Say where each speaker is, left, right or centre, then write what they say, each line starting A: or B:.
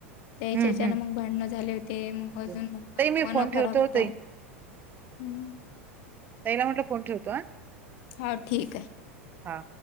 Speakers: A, on the left; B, on the right.
A: त्या हच्याच्यान
B: हं हं
A: मग भांडण झाले होते मग अजून
B: ताई मी
A: मन
B: फोन ठेवतो
A: खराब होता.
B: ताई
A: हम्म.
B: तैला म्हटलं फोन ठेवतो.
A: होा ठीक आहे.
B: हा.